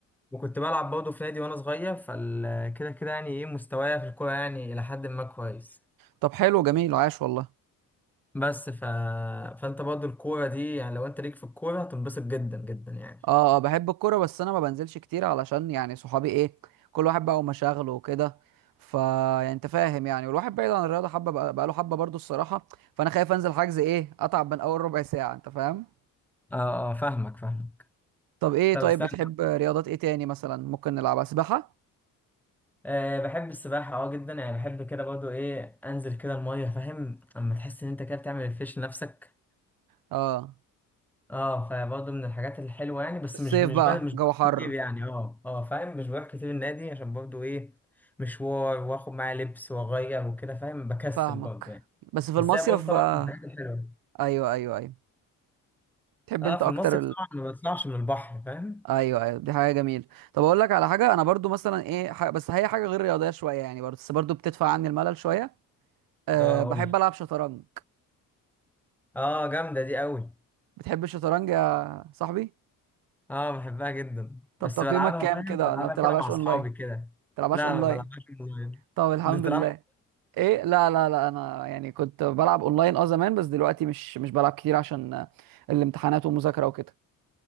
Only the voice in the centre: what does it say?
وكنت بلعب برضه في نادي وانا صغير فال كده كده يعني ايه مستوايا في الكوره يعني الى حد ما كويس
بس ف... فانت برضه الكوره دي يعني لو انت ليك في الكوره هتنبسط جدا جدا يعني
اه اه فاهمك فاهمك
طب
استنى
أه بحب السباحة اه جدا يعني بحب كده برضو ايه انزل كده المية فاهم اما تحس ان انت كده بتعمل ريفريش لنفسك
اه فبرضو من الحاجات الحلوة يعني بس
مش مش
ب- مش
بروح
كتير يعني اه اه فاهم مش بروح كتير النادي عشان برضو ايه مشوار واخد معايا لبس واغير وكده فاهم بكسل
برضو يعني
بس
هي برضو طبعا
من الحاجات الحلوة
اه
في
المصيف طبعا ما بطلعش من البحر فاهم
اه
قولي
اه جامدة دي قوي
اه بحبها جدا
بس
بلعبها
فاهم
بلعبها
كده مع اصحابي
كده
لا
ما بلعبهاش اونلاين
انت بتلعب